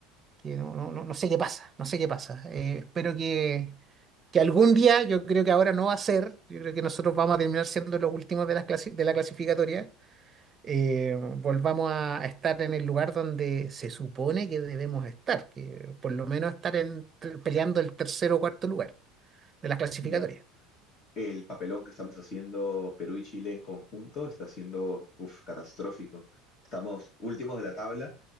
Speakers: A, on the right; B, on the left.
A: que no, no, no, no sé qué pasa, no sé qué pasa. Eh, espero que, que algún día, yo creo que ahora no va a ser, yo creo que nosotros vamos a terminar siendo los últimos de, las clasi- de la clasificatoria, eh, volvamos a a estar en el lugar donde se supone que debemos estar, que por lo menos estar en- peleando el tercer o cuarto lugar de las clasificatorias.
B: Ya. El papelón que estamos haciendo Perú y Chile en conjunto está siendo uf, catastrófico. Estamos últimos de la tabla,